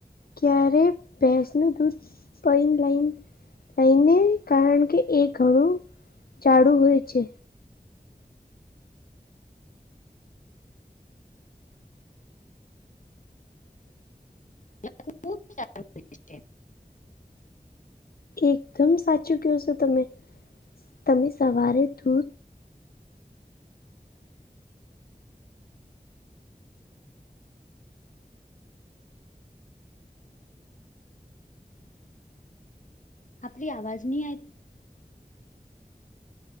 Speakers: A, on the left; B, on the left.
A: ક્યારે ભેંસનું દૂધ પન <unintelligible> લઈને કારણ કે એ ઘણું જાડું હોય છે.
B: <unintelligible> સારુ છે.
A: એકદમ સાચું કહો છો તમે તમે સવારે દૂધ
B: આપલી આવાજ નહી આઈ